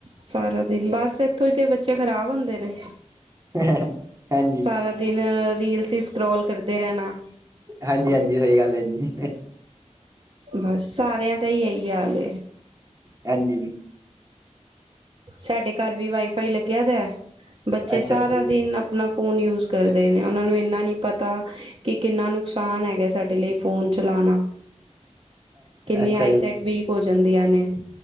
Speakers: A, on the right; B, on the right.
A: ਸਾਰਾ ਦਿਨ ਬਸ ਇੱਥੋਂ ਹੀ ਤੇ ਬੱਚੇ ਖ਼ਰਾਬ ਹੁੰਦੇ ਨੇ
B: ਹਾਂਜੀ
A: ਸਾਰਾ ਦਿਨ ਰੀਲਸ ਹੀ ਸਕਰੋਲ ਕਰਦੇ ਰਹਿਣਾ
B: ਹਾਂਜੀ ਹਾਂਜੀ ਉਹੀ ਗੱਲ ਹੈ ਜੀ
A: ਬਸ ਸਾਰਿਆਂ ਦਾ ਹੀ ਇਹੀ ਹਾਲ
B: ਹਾਂਜੀ
A: ਸਾਡੇ ਘਰ ਵੀ ਵਾਈਫਾਈ ਲੱਗਿਆ ਦਾ ਬੱਚੇ
B: ਅੱਛਾ
A: ਸਾਰਾ
B: ਅੱਛਾ ਜੀ
A: ਦਿਨ ਲੋਕ ਫੋਨ ਯੂਜ਼ ਕਰਦੇ ਨੇ, ਓਨਾਂ ਨੂੰ ਏਨਾ ਨੀ ਪਤਾ ਕਿ ਕਿੰਨਾ ਨੁਕਸਾਨ ਹੈਗੈ, ਸਾਡੇ ਲਈ ਫੋਨ ਚਲਾਨਾ। ਕਿੰਨੀਆ
B: ਅੱਛਾ
A: ਆਈਸੈਟ
B: ਜੀ
A: ਵੀਕ ਹੋ ਜਾਂਦੀਆਂ ਨੇ।